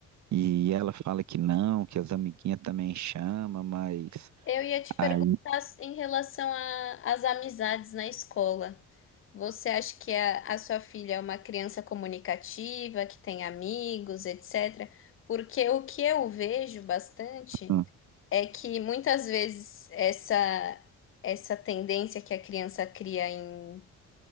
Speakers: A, on the right; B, on the left.
A: E ela fala que não, que as amiguinhas também chamam, mas
B: Eu ia te perguntar
A: aí,
B: em relação a- às amizades na escola. Você acha que a, a sua filha é uma criança comunicativa, que tem amigos, etc? Porque o que eu vejo bastante
A: hum,
B: é que muitas vezes essa essa tendência que a criança cria em,